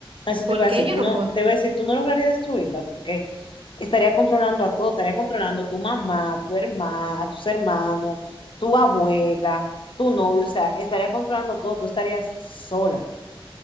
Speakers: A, on the left; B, on the right.
A: Eso
B: porque
A: te iba a decir,
B: yo
A: tú
B: no
A: no,
B: puedo.
A: te iba a decir, tú no lograrías destruirla porque estaría controlando a todo, estaría controlando a tu mamá, a tu hermana, a tus hermanos, tu abuela, tu novio, o sea, estaría controlando todo, tú estarías sola.